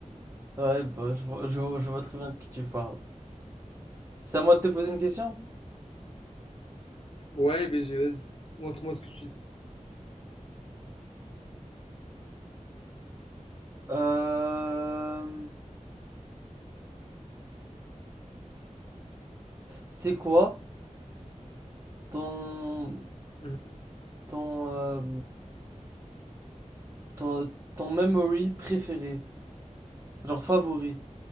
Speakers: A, on the right; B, on the left.
A: Ouais, bah, je vois, je vois, je vois très bien de qui tu parles. C'est à moi de te poser une question?
B: Ouais, BG, vas-y, montre-moi ce que tu dis.
A: Euh, c'est quoi ton,
B: Mhm.
A: ton, euh, ton, ton memory préféré? Genre favori